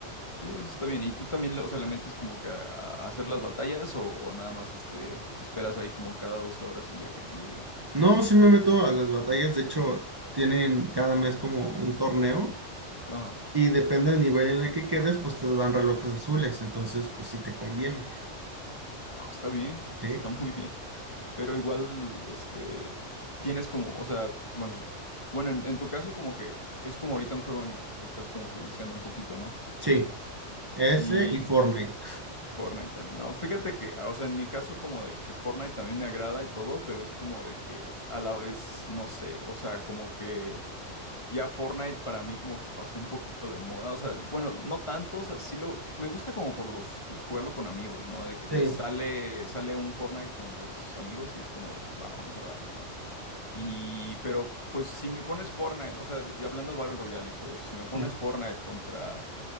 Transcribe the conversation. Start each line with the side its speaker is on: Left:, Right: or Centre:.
Left: Sí, eso está bien. ¿Y tú también, le- o sea, le metes como que a, a hacer las batallas o, o nada más este, te esperas ahí como cada 12 horas y ya que te lleguen?
Right: No, sí me meto a las batallas. De hecho, tienen cada mes como un torneo
Left: No,
Right: y depende del nivel en el que quedes, pues te dan relojes azules. Entonces, pues sí te conviene.
Left: no, está bien,
Right: Sí,
Left: está muy bien. Pero igual, este, tienes como, o sea, bueno, bueno, en en tu caso como que es como ahorita un juego en el que te estás como que viciando un poquito, ¿no?
Right: sí. Ese
Left: Sí,
Right: y Fortnite.
Left: Fortnite también. No, fíjate que, ah, o sea, en mi caso como de que Fortnite también me agrada y todo, pero es como de que a la vez, no sé, o sea, como que ya Fortnite para mí como que pasó un poquito de moda, o sea, bueno, no tanto, o sea, sí lo, me gusta como por los, jugarlo con amigos, ¿no? De que pues
Right: Sí.
Left: sale, sale un Fortnite con los amigos y es como de, pues va, vamos a darle, ¿no? Y, pero pues si me pones Fortnite, o sea, de- hablando de Battle Royale y todo eso, si me pones
Right: sí.
Left: Fortnite contra...